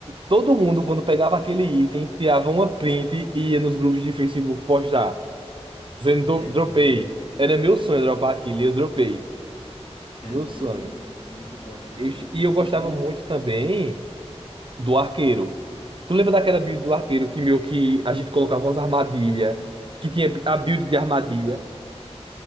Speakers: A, on the right; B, on the left.
A: Todo mundo, quando pegava aquele item, tirava uma print e ia nos grupos de Facebook postar. Dizendo,
B: é,
A: "Do- dropei. Era meu sonho dropar aquilo e eu dropei. Meu
B: é muito,
A: sonho.
B: muito, é muito top, cara.
A: Eu ch-
B: Inclusive,
A: e eu gostava muito também do arqueiro. Tu lembra daquela build do arqueiro que, meu, que a gente colocava umas armadilhas? Que tinha a build de armadilha?